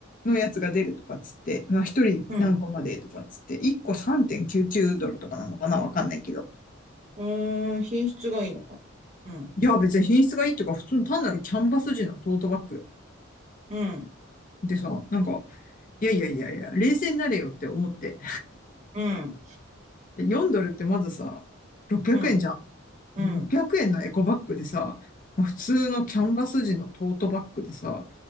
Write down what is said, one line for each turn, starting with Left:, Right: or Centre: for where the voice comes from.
Left: のやつが出るとかっつって、まあ、一人何個までとかっつって、
Right: うん。
Left: 一個3.99ドルとかなのかなわかんないけど。
Right: うーん、品質がいいのかな。うん、
Left: いや、別に品質がいいとか、普通の単なるキャンバス地のトートバッグよ。
Right: うん、
Left: でさ、なんか、いやいやいやいや、冷静になれよって思って。
Right: うん、
Left: 4ドルってまずさ、600円じゃん。
Right: うん、うん、
Left: で、600円のエコバッグでさ、まあ、普通のキャンバス地のトートバッグでさ、